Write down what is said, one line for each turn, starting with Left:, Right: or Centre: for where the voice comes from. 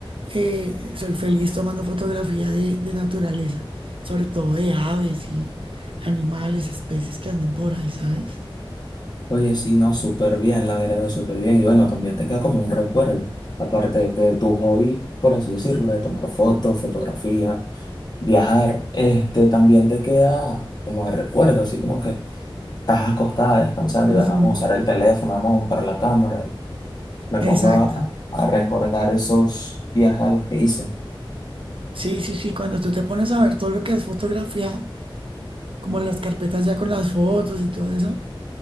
Right: eh, soy feliz tomando fotografía de, de naturaleza, sobre todo de aves y animales, especies que anden por ahí, ¿sabes?
Left: Oye, sí, no, súper bien, la verdad, súper bien. Y bueno, también te queda como un recuerdo, aparte de tu hobby, por así decirlo, de tomar fotos, fotografía, viajar, este, también te queda como de recuerdo, así como que estás acostada descansando
Right: Ujú,
Left: y bueno, vamos a usar el teléfono, vamos a buscar la cámara. me
Right: Exacto.
Left: pongo a, a recordar esos viajes a los que hice.
Right: Sí, sí, sí, cuando tú te pones a ver todo lo que has fotografiado. como las carpetas ya con las fotos y todo eso,